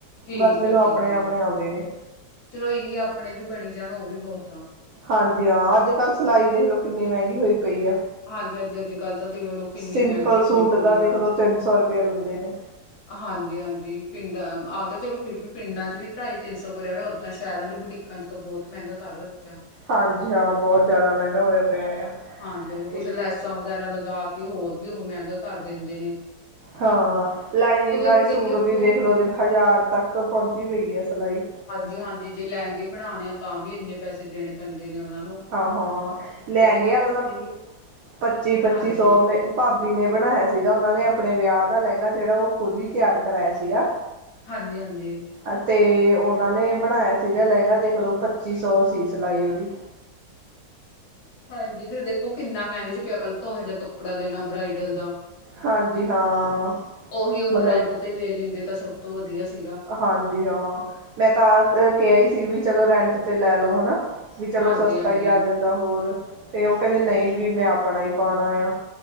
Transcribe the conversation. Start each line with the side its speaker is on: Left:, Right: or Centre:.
Left: ਠੀਕ
Right: ਬਸ ਮੈਨੂੰ
Left: ਹੈ ਠੀਕ
Right: ਆਪਣੇ
Left: ਹੈ
Right: ਆਪਣੇ ਆਉਂਦੇ ਨੇ
Left: ਚਲੋ ਇਹੀ ਆਪਣੇ ਵੀ ਬਣੀ ਜਾਣ, ਉਹ ਵੀ ਬਹੁਤ ਆ,
Right: ਹਾਂਜੀ ਹਾਂ ਅੱਜ-ਕੱਲ ਸਲਾਈ ਦੇਖ ਲੌ ਕਿਨੀ ਮੈਂਗੀ ਹੋਈ ਪਈ ਆ।
Left: ਹਾਂਜੀ ਅੱਜ ਅੱਜ ਕੱਲ੍ਹ ਤਾਂ ਦੇਖ ਲਓ ਕਿੰਨੀ
Right: ਸਿੰਪਲ
Left: ਮਹਿੰਗੀ ਹੋਈ
Right: ਸੂਟ
Left: ਪਈ
Right: ਦਾ ਦੇਖ
Left: ਆ
Right: ਲਓ ਤਿੰਨ ਸੌ ਰੁਪਆ ਲੈਂਦੇ ਨੇ।
Left: ਹਾਂਜੀ-ਹਾਂਜੀ ਪਿੰਡਾਂ ਆ ਤਾਂ ਚਲੋ ਫੇਰ ਵੀ ਪਿੰਡਾਂ ਚ ਵੀ ਢਾਈ-ਤਿੰਨ ਸੌ ਕਰੇਆ ਹੋਏਆ ਓਦਾਂ ਸਂਰਾਂ ਦੇ ਬੁਟੀ ਕਾ ਚ ਤਾਂ ਬੋਤ ਮੈਂਗਾ ਕਰ ਰੱਖਿਆ।
Right: ਹਾਂਜੀ ਹਾਂ ਬੋਤ ਜਾਦਾ ਮੈਂਗਾ ਹੋਏਆ ਪੇਆ ਆ।
Left: ਹਾਂਜੀ-ਹਾਂਜੀ
Right: ਤੇ
Left: ਕੁਛ ਲੈਸਾਂ ਵਗੈਰਾ ਲਗਾ ਕੇ ਹੋਰ ਵੀ ਉਹ ਮੈਂਗਾ ਕਰ ਦਿੰਦੇ ਨੇ।
Right: ਹਾਂ, ਲਾਈਨਿੰਗ
Left: ਕਿਉਂਕਿ
Right: ਵਾਲੇ
Left: ਅੱਜ-ਕੱਲ੍ਹ
Right: ਸੂਟ
Left: ਦੇਖੋ
Right: ਵੀ ਦੇਖ ਲਓ ਹਜ਼ਾਰ ਤੱਕ ਪਹੁੰਚੀ ਪਈ ਆ ਸਲਾਈ।
Left: ਹਾਂਜੀ-ਹਾਂਜੀ ਜੇ ਲੈਗੇ ਬਣਾਣੇ ਆ ਤਾਂ ਵੀ ਐਨੇ ਪੈਸੇ ਦੇਣੇ ਪੈਂਦੇ ਨੇ ਓਨਾਂ ਨੂੰ।
Right: ਹਾ-ਹਾ ਲੈਗੇ
Left: ਤੇ ਅੱਜ-ਕੱਲ੍ਹ
Right: ਉ ਤਾਂ
Left: ਹਾਂਜੀ,
Right: ਪੱਚੀ-ਪੱਚੀ
Left: ਹਾਂਜੀ-ਹਾਂਜੀ।
Right: ਸੌ ਮ ਭਾ ਬੀ ਨੇ ਬਣਾਏਆ ਸੀਗਾ ਓਨਾਂ ਨੇ ਆਪਣੇ ਵੇਆ ਦਾ ਲਹਿੰਗਾ ਜੇੜਾ ਓ ਖੁਦ ਹੀ ਤਿਆਰ ਕਰਾਇਆ ਸੀਗਾ।
Left: ਹਾਂਜੀ-ਹਾਂਜੀ।
Right: ਅਤੇ ਓਨਾਂ ਨੇ ਬਣਾਇਆ ਸੀਗਾ ਲਹਿੰਗਾ ਦੇਖਲਓ ਪੱਚੀ ਸੌ ਸੀ ਸਿਲਾਈ ਓਦੀ।
Left: ਹਾਂਜੀ ਫੇਰ ਦੇਖੋ ਕਿਨਾ ਮੈਂਗੇ ਚ ਪੇਆ ਪੈਂਲਾਂ ਤਾਂ ਓਹੋ ਜਾ ਕੱਪੜਾ ਲੈਣਾ ਬ੍ਰਈਡਲ ਦਾ।
Right: ਹਾਂਜੀ ਹਾਂ
Left: ਓਹੀ ਓ
Right: ਮਤਲਬ
Left: ਰੈਂਟ ਤੇ ਲੈ ਲੈਂਦੇ ਤਾਂ ਸਭ ਤੋਂ ਵਧੀਆ ਸੀਗਾ।
Right: ਹਾਂਜੀ ਹਾਂ, ਮੈਂ ਤਾਂ ਆ ਕੇਆ ਹੀ ਸੀ ਵੀ ਚਲੋ ਰੈਂਟ ਤੇ ਲੈ ਲੋ ਹਨਾ। ਵੀ ਚਲੋ
Left: ਹਾਂਜੀ-ਹਾਂਜੀ।
Right: ਸਸਤਾ ਈ ਆ ਜਾਂਦਾ ਹੋਰ ਤੇ ਓ ਕੈਂਦੇ ਨਈ ਵੀ ਮੈਂ ਆਪਣਾ ਹੀ ਪੌਣਾ ਆ।